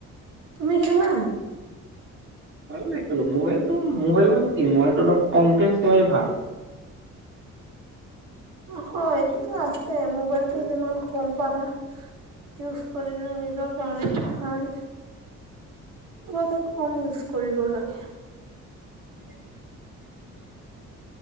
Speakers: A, on the right; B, on the right.
A: তুমি খেলা?
B: মইও নেখেলো মোবাইলটো মোবাইল মানে কি মোবাইলটো অলপ কমকে চোৱাই ভাল।
A: অঁ হয় এইটোতো আছে মোবাইলটো যিমান কম পাৰা ইউজ কৰিলে নিজৰ কাৰণে ভাল। মুঠতে কম ইউজ কৰিব লাগে।
B: <inaudible>